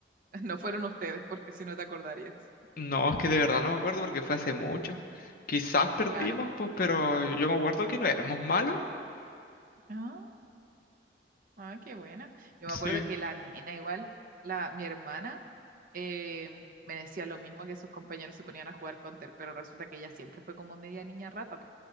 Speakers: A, on the right; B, on the left.
A: <laughs> No fueron ustedes, porque si no te acordarías.
B: No, es que de verdad no me acuerdo porque fue hace mucho. Quizás perdimos,
A: Claro.
B: pues, pero yo me acuerdo que no éramos malos.
A: Ah, ah, qué buena. Yo me acuerdo
B: Sí,
A: que la nena, igual, la, mi hermana, eh, me decía lo mismo que sus compañeros se ponían a jugar Counter, pero resulta que ella siempre fue como media niña rata, po.